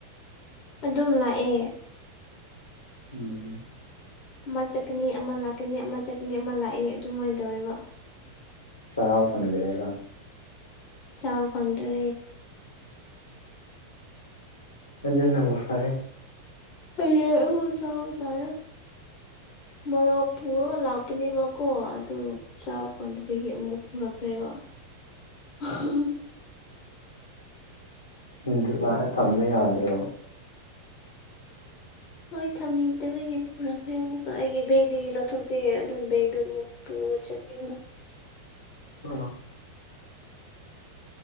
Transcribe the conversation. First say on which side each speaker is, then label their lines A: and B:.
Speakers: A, on the left; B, on the left.
A: ꯑꯗꯨꯝ ꯂꯥꯛꯑꯦ
B: ꯎꯝ
A: ꯑꯃ ꯆꯠꯀꯅꯤ ꯑꯃ ꯂꯥꯛꯀꯅꯤ ꯑꯃ ꯆꯠꯀꯅꯤ ꯑꯃ ꯂꯥꯛꯑ ꯑꯗꯨꯃꯥꯏꯅ ꯇꯧꯋꯦꯕ
B: ꯆꯥꯕ ꯐꯪꯗ꯭ꯔꯦꯔ
A: ꯆꯥꯕ ꯐꯪꯗ꯭ꯔꯦ
B: ꯑꯗꯨ ꯅꯝꯕ ꯐꯔꯦ
A: ꯍꯥꯏꯕꯨ ꯆ ꯇꯔ ꯃꯣꯔꯄꯔ ꯂꯥ ꯇꯨꯅꯦꯕꯀꯣ ꯑꯗꯨ ꯆꯥꯕ ꯐꯪꯗꯕꯤꯒꯤ ꯑꯃꯨꯛ ꯍꯨꯔꯛꯈ꯭ꯔꯦꯕ ꯍ ꯍ
B: ꯎꯝ ꯗꯨꯀꯥꯟꯗ ꯊꯝꯕ ꯌꯥꯗ꯭ꯔꯣ
A: ꯍꯣꯏ ꯊꯝꯅꯤꯡꯗꯕꯩꯒꯤ ꯄꯨꯔꯛꯈ꯭ꯔꯦ ꯑꯃꯨꯛꯀ ꯑꯩꯒꯤ ꯕꯦꯒꯗꯒꯤ ꯂꯧꯊꯣꯛꯇꯦ ꯑꯗꯨꯝ ꯕꯦꯒꯗꯣ ꯑꯃꯨꯛ ꯄꯨꯔꯒ ꯆꯠꯀꯦꯕ
B: <unintelligible>